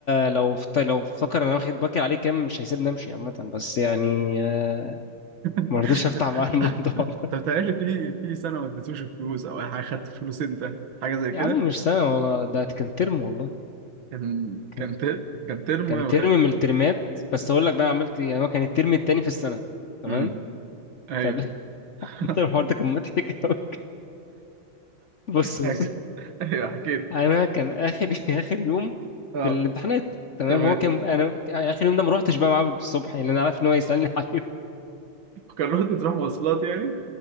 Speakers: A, on the left; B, on the right.
A: لو فت... لو فكر انا واخد باكر عليه كام مش هيسيبني امشي عامه بس يعني آه،
B: <laughs>
A: ما رضيتش افتح معاه الموضوع
B: أنت
A: ده
B: بتهيألي
A: <laughs>
B: في في سنة ما اديتوش فلوس أو أي حاجة خدت فلوس أنت حاجة زي
A: يا
B: كده
A: عم مش سنه والله ده كان ترم والله
B: كان
A: كان
B: كان تر... كان ترم
A: كان
B: وخ...
A: ترم من الترمات بس اقول لك بقى أنا عملت إيه. يعني هو كان الترم التاني في السنه تمام
B: مم. أيوه
A: فال
B: <laughs>
A: <laughs> مثلا الحوار ده كان مضحك أوي. بص
B: حكي
A: بص
B: أيوه حكيت
A: انا كان اخر <laughs> اخر يوم
B: آه
A: في الامتحانات تمام
B: تمام
A: هو كان انا اخر يوم ده ما روحتش بقى معاه الصبح يعني انا عارف ان هو يسالني <laughs> عليه
B: كان رحت تروح مواصلات يعني